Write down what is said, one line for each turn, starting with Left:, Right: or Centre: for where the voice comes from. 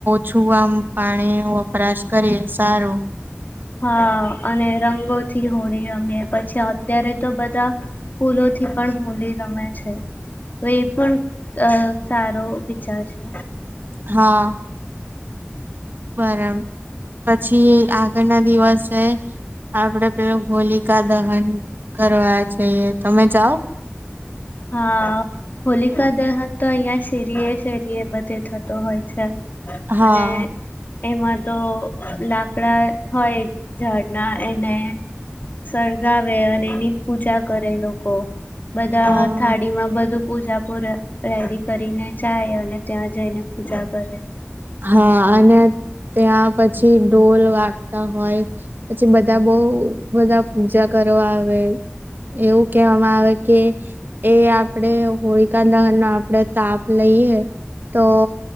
Right: છું, આમ પાણી વપરાશ કરી સારો.
Left: હા અને રંગોથી હોળી અમે પછી અત્યારે તો બધા ફૂલો. થી પણ હોલી રમે છે. તો એ પણ અ સારો વિચાર છે.
Right: હા બરાબર પછી આગળ ના દિવસે આપડે પેલું હોલિકા દહન કરવા જઈએ, તમે જાઓ.
Left: હા હોલિકા દહન તો અહિયાં શેરીએ- શેરીએ બધે થતો હોય છે.
Right: હા.
Left: અને એમાં તો લાકડા હોય ઝાડના એને સળગાવે અને એની પૂજા કરે લોકો બધા
Right: હા
Left: થાળી માં બધું પૂજાપુ રેડી કરીને. ચાય અને ત્યાં જઈને પૂજા કરે.
Right: હા અને ત્યાં પછી ડોલવા. હોય પછી બધા બહુ બધા પૂજા કરવા આવે. એવું કહેવામાં આવે કે એ આપડે હોળિકા દહન ના આપડે તાપ લઈએ તો